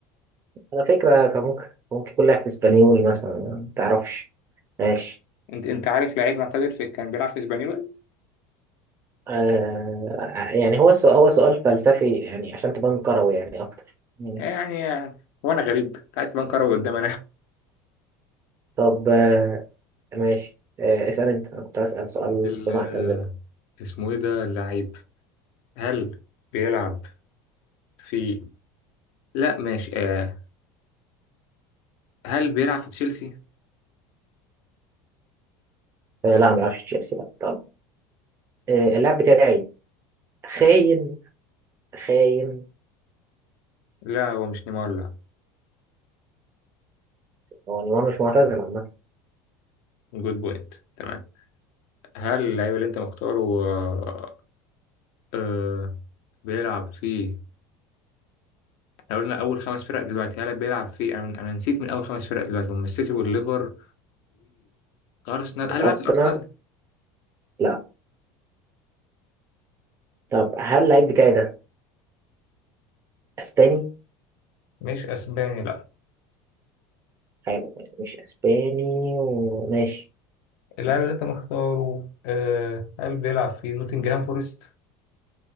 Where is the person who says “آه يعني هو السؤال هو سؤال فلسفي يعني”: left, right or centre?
Right